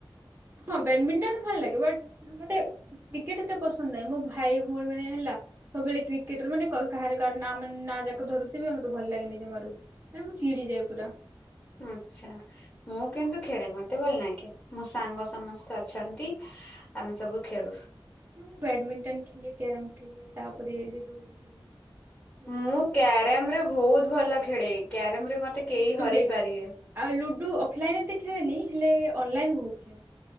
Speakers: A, on the right (about 30°); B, on the left (about 25°).
A: ହଁ ବ୍ୟାଡମିଣ୍ଟନ ଭଲ ଲାଗେ। ବଟ ମତେ କ୍ରିକେଟ ଏତେ ପସନ୍ଦ ନାହିଁ ମୋ ଭାଇ ଭଉଣୀ ମାନେ ହେଲା ସବୁବେଳେ କ୍ରିକେଟର ମାନେ କ କାହାର କାହାର ନା ମାନେ ନାଁ ଯାକ ଧରୁଥିବେ। ମତେ ଭଲ ଲାଗେନି ଜମାରୁ। ଚିଡ଼ିଯାଏ ପୁରା।
B: ଆଛା ମୁଁ କିନ୍ତୁ ଖେଳେ ମତେ ଭଲନାଗେ ମୋ ସାଙ୍ଗ ସମସ୍ତେ ଅଛନ୍ତି। ଆମେ ସବୁ ଖେଳୁ।
A: ମୁଁ ବ୍ୟାଡମିଣ୍ଟନ ଖେଲେ କ୍ୟାରମ ଖେଲେ ତାପରେ ସେ ଦୌଡି ଖେଳେ ବଢିଆ
B: ମୁଁ
A: ଲାଗେ।
B: କ୍ୟାରମରେ ବହୁତ ଭଲ ଖେଡେ। କ୍ୟାରମ ରେ ମତେ କେହି
A: ଲୁଡୁ
B: ହରେଇ
A: ଖେଲେ,
B: ପାରିବେନି।
A: ଆଉ ଲୁଡୁ ଅଫଲାଇନ ଏତେ ଖେଳେନି ହେଲେ ଅନଲାଇନ ବହୁତ ଖେଳେ।